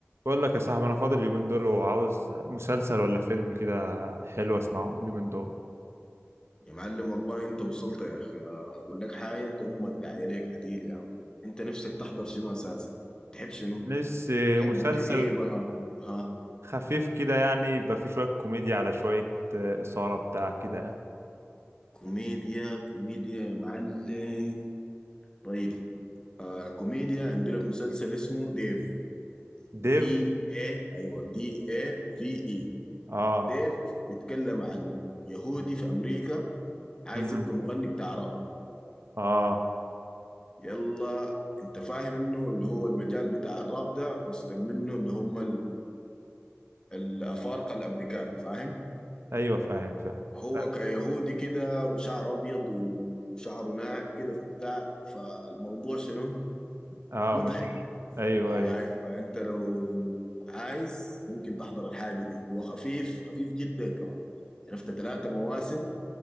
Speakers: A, on the right (about 75°); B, on the left (about 20°).
A: بقول لك يا صاحبي انا فاضي اليومين دول وعاوز مسلسل ولا فيلم كده حلو اسمعه اليومين دول
B: يا معلم والله انت وصلت يا اخي اقول لك حاجه انت امك داعيه ليك عديل يا عم انت نفسك تحضر شنو اساسا تحب شنو
A: نفسي
B: تحب
A: مسلسل
B: الجريمه ها
A: خفيف كده يعني يبقى فيه شوية كوميديا على شوية آه، إثارة بتاع كده يعني
B: كوميديا كوميديا يا معلم طيب آه كوميديا عندي لك مسلسل اسمه ديف
A: ديف
B: دي اي ايوه دي اي في اي
A: اه
B: ديف بيتكلم عن يهودي في امريكا عايز
A: مم.
B: يبقى مغني بتاع راب
A: اه
B: يلا انت فاهم انه اللي هو المجال بتاع الراب ده مستلمينه اللي هم الأفارقة الأمريكان فاهم
A: ايوه فاهم فاهم
B: هو
A: لا،
B: كيهودي كده وشعر أبيض وشعره ناعم كده فبتاع فالموضوع شنو
A: اه
B: مضحك
A: مش.
B: ف-
A: ايوه
B: آي،
A: ايوه
B: فأنت لو عايز ممكن تحضر الحاجة دي هو خفيف خفيف جدا كمان عرفت ثلاثة مواسم